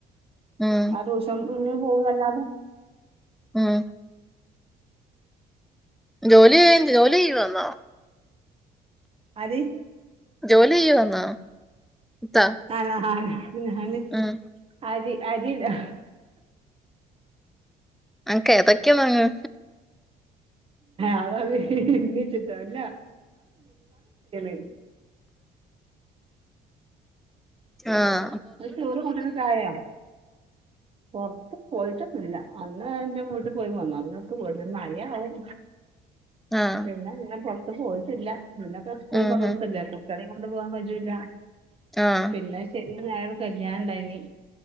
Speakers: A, in the centre; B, on the right.
A: ഉം
B: ആ ട്യൂഷം <unintelligible> പോവല്ലാതെ
A: ഉം ജോലി ചെയ് ജോലി ചെയ്യുവാന്നോ
B: ആര്
A: ജോലി ചെയ്യുവാന്നോ ഇത്താ
B: ആണ് ആ ഞാന്
A: ഉം
B: അരി അരിയിടാ
A: അനക്ക് ഏതൊക്കെയാ വാങ്ങ്
B: അതത് <unintelligible> വെച്ചിട്ടല്ല <unintelligible>
A: ആഹ
B: <unintelligible> ചോറും കൂട്ടാനൊക്കെ ആയോ പൊറത്ത് പോയിട്ടൊന്നില്ല അന്ന് എന്റെ വീട്ടിൽ പോയി പോന്നതാ പിന്നെങ്ങോട്ടും പോയിട്ടില്ല പിന്നെ മഴയായും
A: ആഹ്
B: പിന്നെ <unintelligible> <unintelligible> പോയിട്ടില്ല ഇല്ലാപ്പോ സ്കൂളും
A: ഉം
B: മദ്റസയും
A: ഉം
B: ഇല്ലേ കുട്ട്യോളെയും കൊണ്ട് കൊണ്ട് പോവാ കജ്ജൂല്ല
A: ആഹ്
B: പിന്നെ ശരി ഇന്ന് വേറെ കല്യാണം ഇണ്ടായിനി